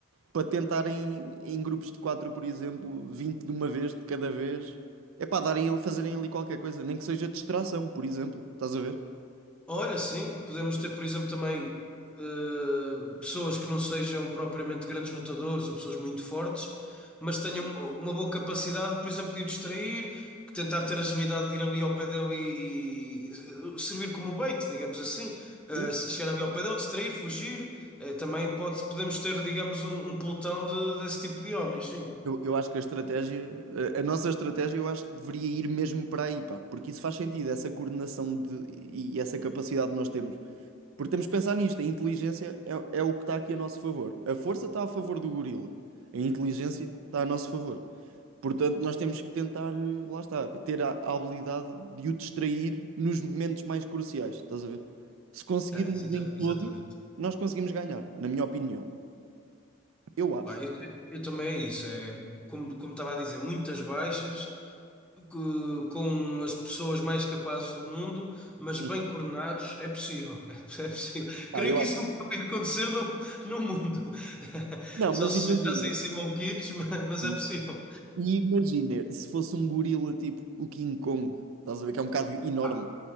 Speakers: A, on the right; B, in the centre.
A: para tentarem em grupos de 4, por exemplo, 20 de uma vez, de cada vez, é para darem, ali- fazerem ali qualquer coisa, nem que seja distração, por exemplo, estás a ver?
B: Olha, sim, podemos ter, por exemplo, também eh, pessoas que não sejam propriamente grandes lutadores ou pessoas muito fortes, mas tenham uma boa capacidade, por exemplo, de o distrair, tentar ter agilidade de ir ali ao pé dele e, e servir como bait, digamos assim. Eh,
A: Sim.
B: se chegar ali ao pé dele, distrair, fugir. Eh, também pode, podemos ter, digamos, um, um pelotão de- desse tipo de homens, sim.
A: Eu, eu acho que a estratégia, a, a nossa estratégia, eu acho que deveria ir mesmo para aí, pá, porque isso faz sentido, essa coordenação de, e essa capacidade que nós temos. Porque temos que pensar nisto, a inteligência é, é o que está aqui a nosso favor. A força está a favor do gorila, a inteligência está a nosso favor. Portanto, nós temos que tentar, eh, lá está, ter a, a habilidade de o distrair nos momentos mais cruciais, estás a ver? Se conseguirmos
B: É, exa-
A: em todos,
B: exatamente.
A: nós conseguimos ganhar, na minha opinião. Eu acho.
B: Pá, eu, eu também é isso, é, como, como estava a dizer, muitas baixas. que- com as pessoas mais capazes do mundo, mas
A: Uhum.
B: bem coordenados, é possível. <laughs> É possível.
A: Pá,
B: Creio
A: eu
B: que
A: acho.
B: isso nunca vai acontecer no, no mundo. <laughs>
A: Não,
B: Só
A: mas
B: se
A: imagina.
B: juntassem sem maluquitos, <laughs> ma- mas
A: E
B: é possível.
A: e imagina, se fosse um gorila tipo o King Kong, estás a ver que é um bocado enorme.
B: Ah,